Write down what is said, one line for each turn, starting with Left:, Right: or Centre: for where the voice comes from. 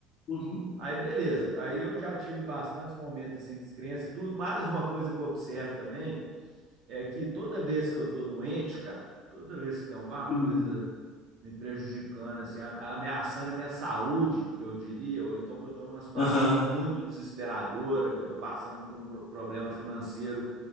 Left: uhum,
Right: Aí beleza, aí eu já tive bastantes momentos assim de descrença e tudo, mas uma coisa que eu observo também é que toda vez que eu tô doente, cara, toda vez que tem alguma coisa
Left: hum,
Right: me prejudicando, assim, ameaçando a minha saúde, eu diria, ou então que eu estou numa situação
Left: aham.
Right: muito desesperadora, que eu estou passando por um problema financeiro